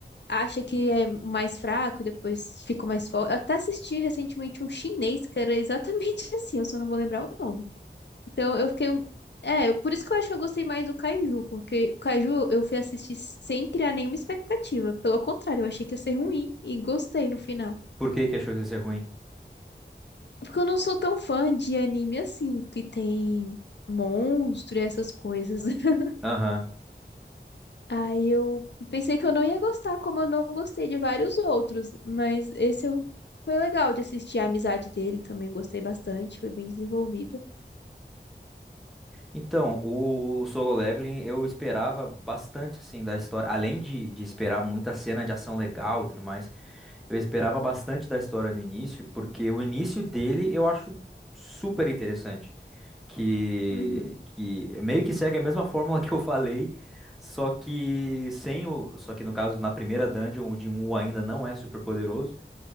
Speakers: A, on the left (about 70°); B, in the centre.
A: acha que é mais fraco e depois fica mais forte. Eu até assisti recentemente um chinês que era exatamente <laughs> assim, eu só não vou lembrar o nome. Então eu fiquei. um, É, eu- por isso que eu acho que eu gostei mais do Kaiju, porque o Kaiju eu fui assistir sem criar nenhuma expectativa. Pelo contrário, eu achei que ia ser ruim e gostei no final.
B: Por que que achou que ia ser ruim?
A: Porque eu não sou tão fã de anime assim, que tem monstro e essas coisas. <laughs>
B: Aham.
A: Aí eu pensei que eu não ia gostar, como eu não gostei de vários outros. Mas esse eu... foi legal de assistir a amizade dele também, gostei bastante, foi bem desenvolvida.
B: Então, o, o Solo Leveling eu esperava bastante assim da história, além de, de esperar muita cena de ação legal e tudo mais, eu esperava bastante da história no início, porque o início dele eu acho super interessante. que,
A: Uhum.
B: que meio que segue a mesma fórmula que eu falei, só que sem o, só que no caso na primeira dungeon o Jinwoo ainda não é super poderoso